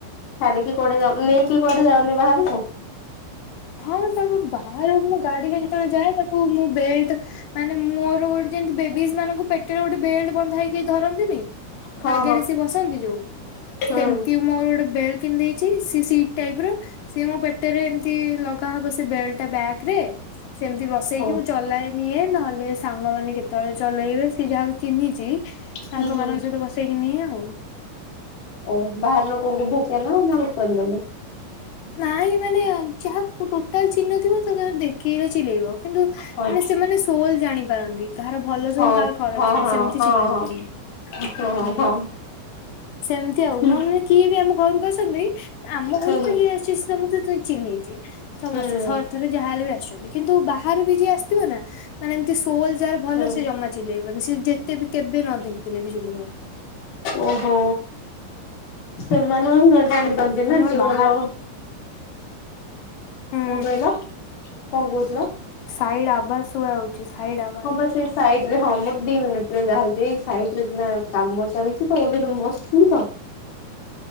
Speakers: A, on the left (about 50°); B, on the left (about 75°).
A: ଛାଡିକି କୁଆଡେ ଯାଉ
B: ହଁ।
A: ନେଇକି କୁଆଡେ ଯାଅନି ବାହାରକୁ।
B: ହଁ ତାକୁ ବାହାର ମୁଁ ଗାଡିରେ ଯେତେବେଳେ ଯାଏ ତାକୁ ମୁଁ ବେଲଟ ମାନେ ମୋର ଗୋଟେ ଯେମିତି ବେବି ମାନଙ୍କୁ ପେଟରେ ଗୋଟେ ବେଲ୍ଟ ବନ୍ଧା ହେଇକୁ ଧରନ୍ତିନି।
A: ହଁ
B: ଆଗରେ ସେ ବସନ୍ତି ଯୋଉ
A: ହଁ।
B: ସେମିତି ମୋର ଗୋଟେ ବେଲ୍ଟ କିଣିଦେଇଛି ସିଏ ସିଟ ଟାଇପ ର ସି ମୋ ପେଟରେ ଏମିତି ଲଗାହବ ସେ ବେଲ୍ଟ ବ୍ୟାଗ ରେ ସେମିତି ବସେଇକି
A: ଓ
B: ମୁଁ ଚଲାଏ। ନିଏ ନହେଲେ ସାଙ୍ଗମାନେ କେତେବେଳେ ଚଲେଇବେ ସେ ଯାହାକୁ ଚିହ୍ନିଛି ସାଙ୍ଗମାନଙ୍କ
A: ହୁଁ ହୁଁ
B: ସହିତ ବସି ବସେଇକି ନିଏ ଆଉ
A: ଓଃ ବାହାର ଲୋକଙ୍କୁ ଭେଟନା ନା ଭେଟନ୍ତିନି?
B: ନାଇଁ ମାନେ ଯାହାକୁ ଟୋଟାଲ୍ ଚିହ୍ନି ନଥିବ ତ ତା ଦେଖେଇଲେ ଚିଲେଇବ, କିନ୍ତୁ ମାନେ
A: ହଁ
B: ସେମାନେ ସୋଲ୍ ଜାଣିପାରନ୍ତି। କାହାର ଭଲ
A: ହଁ
B: ଚଲ୍ କାହାର ଖରାପ
A: ହଁ
B: ଚଲ୍ ସେମିତି
A: ହଁ
B: ଚିଲାନ୍ତି
A: ହଁ
B: ନି,
A: ହଁ ହଁ
B: ହୁଁ।
A: ହଁ
B: ସେମତି ଆଉ
A: ହୁଁ
B: ମୋ ମାନେ କିଏ ବି ଆମ ଘରକୁ ଆସନ୍ତିି, ଆମ ଘରୁ
A: ହୁଁ
B: ତ କି ଆସିଛି ସମସ୍ତେ ତ ଚିହ୍ନେଇିଚି ସମସ୍ତେ
A: ହୁଁ
B: ସ ଥରେ ଯାହା ହେଲେବି ଆସିଛନ୍ତି କିନ୍ତୁ ବାହାରୁ ବି ଯିଏ ଆସଥିବ ନା ମାନେ ଏମିତି ସୋଲ୍ ଯାର ଭଲ
A: ହୁଁ
B: ସେ ଜମା ଚିଲେଇବନି, ସିଏ ଯେତେବି କେବେ ନ ଦେଖିଥିଲେ ବି ଚିଲେଇବନି।
A: ଓହୋ, ସେମାନେ ନ ଜାଣି <unintelligible> ନ୍ତି
B: ତମର
A: ନା କିଏ
B: ବାହା
A: ଭଲ।
B: ହୁଁ
A: କଣ କହିଲ, କଣ କହୁଥିଲ?
B: ସାଇଡ଼୍ ଆବାସ୍ ଶୁଭା ଛି ସାଇଡ଼ ଆ
A: ହଁପା ସେ ସାଇଟ୍ ରେ ହଁ ମୋର ଦି ମିନିଟ୍ ରେ ଯାହାହଉଛି ସାଇଟରେ ସିନା କାମ ଚାଲିୁଛି ତ ଗୋଟେ ବସିଥିଲି ତ
B: <inaudible>